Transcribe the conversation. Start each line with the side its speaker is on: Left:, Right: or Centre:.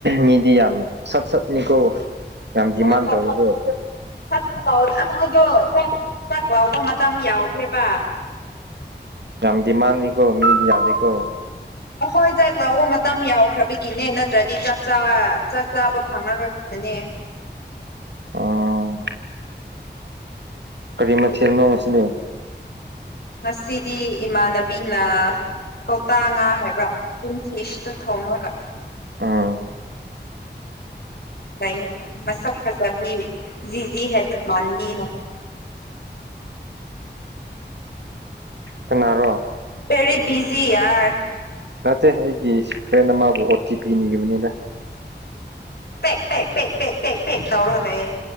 Right: ꯃꯤꯗꯤ ꯌꯥꯝ ꯁꯠ ꯁꯠꯅꯤꯀꯣ ꯌꯥꯝ ꯗꯤꯃꯥꯟ
Left: ꯍꯣꯏ ꯍꯣꯢ
Right: ꯇꯧꯋꯤꯀꯣ
Left: ꯈꯔꯁꯨ ꯇꯧꯔ ꯑꯩꯈꯣꯏꯗꯣ ꯆꯥꯛ ꯆꯥꯛ ꯂꯥꯎꯕ ꯃꯇꯝ ꯌꯥꯎꯈ꯭ꯔꯦꯕ
Right: ꯌꯥꯝ ꯗꯤꯃꯥꯟꯅꯤꯀꯣ ꯃꯤꯗꯤ ꯌꯥꯗꯦꯀꯣ
Left: ꯑꯈꯣꯏ ꯆꯥꯛ ꯂꯧꯕ ꯃꯇꯝ ꯌꯥꯎꯈ꯭ꯔꯕꯒꯤꯅꯦ ꯅꯠꯇ꯭ꯔꯗꯤ ꯆꯥꯛ ꯆꯥ ꯆꯥꯛ ꯆꯥꯕ ꯐꯪꯉꯔꯣꯏ ꯃꯅꯤ <inaudible>
Right: ꯑꯣ ꯀꯔꯤ ꯃꯊꯦꯜ
Left: ꯑꯗꯨ
Right: ꯅꯣ ꯉꯁꯤꯗꯤ
Left: ꯉꯁꯤꯗꯤ ꯏꯃꯥꯟꯅꯕꯤꯅ ꯀꯧꯇꯥ ꯉꯥ ꯍꯥꯏꯕ꯭ꯔꯥ ꯐꯤꯁꯇ ꯊꯣꯡꯉꯒ
Right: ꯑꯣ
Left: ꯂꯩꯌꯦ ꯃꯁꯛ ꯐꯖꯕꯤ ꯖꯤꯖꯤ ꯍꯩꯐꯦꯠ ꯃꯥꯟꯕꯤ
Right: ꯀꯅꯥꯔꯣ
Left: ꯄꯦꯔꯤ ꯕꯤꯖꯤ ꯌꯔ
Right: ꯅꯠꯇꯦ ꯑꯩꯒꯤ ꯐ꯭ꯔꯦꯟ ꯑꯃꯕꯨ ꯑꯣ ꯇꯤ ꯄꯤ ꯅꯤꯕꯅꯤꯗ
Left: ꯄꯦꯛ ꯄꯦꯛ ꯄꯦꯛ ꯄꯦꯛ ꯄꯦꯛ ꯄꯦꯛ ꯇꯧꯔꯒ ꯂꯩꯌꯦ